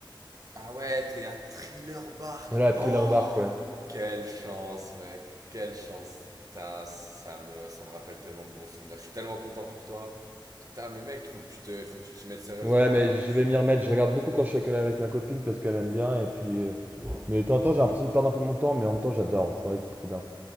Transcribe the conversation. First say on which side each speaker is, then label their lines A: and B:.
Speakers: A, on the right (about 45°); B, on the right (about 20°).
A: Ah ouais, t'es à Thriller Bark.
B: Voilà, Thriller
A: Oh!
B: Bark ouais.
A: Quelle chance, mec. Quelle chance. Putain, ça me, ça me rappelle tellement de bons souvenirs. Je suis tellement content pour toi. Putain, mais mec, il faut que tu te, il faut que tu t'y mettes sérieusement,
B: Ouais mais
A: là, hein.
B: je
A: Tu,
B: vais m'y remettre. Je regarde beaucoup quand je suis avec, avec ma copine parce qu'elle aime bien et puis euh, mais de temps en temps j'ai l'impression de perdre un peu mon temps mais en même temps j'adore. C'est vrai que c'est trop bien.